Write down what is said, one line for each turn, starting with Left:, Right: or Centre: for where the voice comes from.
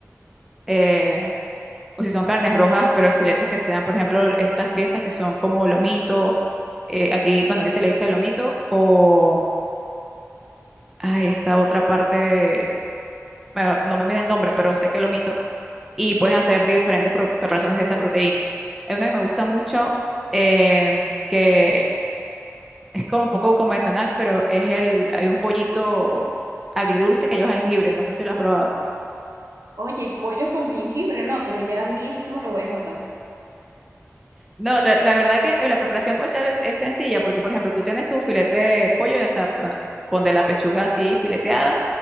Centre: eh, o si son carnes rojas, pero filetes que sean, por ejemplo, estas piezas que son como lomito, eh, aquí, bueno, aquí se le dice lomito, o ay, esta otra parte, bueno, no me viene el nombre, pero sé que lomito, y puedes hacer diferentes pro- preparaciones de esa proteína. Hay una que me gusta mucho, eh, que es como un poco convencional, pero es el, hay un pollito agridulce que lleva jengibre, no sé si lo has probado.
Right: Oye, pollo con jengibre, no, pero ya mismo lo voy a anotar.
Centre: No, la, la verdad que eh, la preparación puede ser es sencilla, porque por ejemplo, tú tienes tu filete de pollo, o sea, p- pon de la pechuga así fileteada,